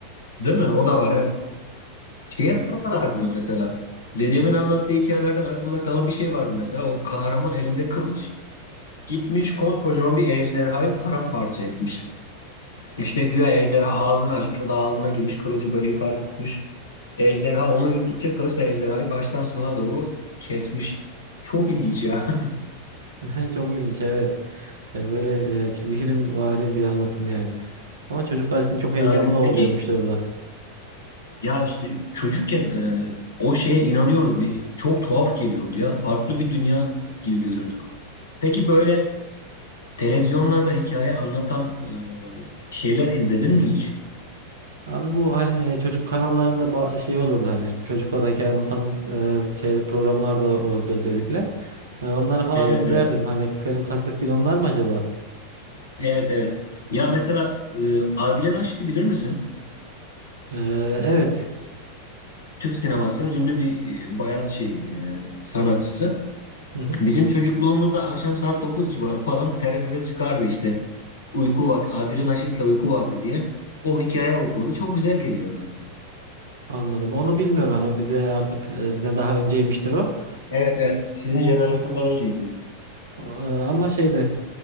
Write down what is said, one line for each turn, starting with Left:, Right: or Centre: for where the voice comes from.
Left: Değil mi? O da var evet. Şey vardı mesela. Dedemin anlattığı hikayelerden aklımda kalan bir şey vardı mesela. O kahraman elinde kılıç gitmiş koskocaman bir ejderhayı paramparça etmiş. İşte güya ejderha ağzını açmış. O da ağzına girmiş kılıcı böyle yukarıda tutmuş. Ejderha onu yuttukça kılıç da ejderhayı baştan sona doğru kesmiş. Çok ilginç ya. <laughs>
Right: <laughs> Çok ilginç evet. Ya Böyle e, çizgi film vari bir anlatım yani. Ama çocuklar için çok heyecanlı
Left: Aynen.
Right: oluyormuştur
Left: Peki
Right: o da.
Left: ya işte çocukken e, o şeye inanıyorduk. Bir, çok tuhaf geliyordu ya. Farklı bir dünya gibi görüyorduk. Peki böyle Televizyonlarda hikaye anlatan e, şeyler izledin mi hiç?
Right: Abi bu hani e, çocuk kanallarında ba- şey olurdu hani çocuklara hikaye anlatan e, şey programlar da olurdu özellikle. E, Onları falan
Left: Evet
Right: izlerdim.
Left: evet.
Right: Hani senin kastettiğin onlar mı acaba?
Left: Evet evet. Ya mesela e, Adile Naşit'i bilir misin?
Right: E, evet.
Left: Türk sinemasının ünlü bir e, bayan şey e, sanatçısı.
Right: Hı hı.
Left: Bizim çocukluğumuzda akşam saat 9 civarı falan TRT'de çıkardı işte. Uyku Vakti, Adile Naşit'le Uyku Vakti diye. O hikaye okurdu. Çok güzel geliyordu.
Right: Anladım. Onu bilmiyorum hani o bize artık e, bizden daha önceymiştir o.
Left: Evet evet. Sizin jenerasyondan önceydi.
Right: Aa, Ama şeyde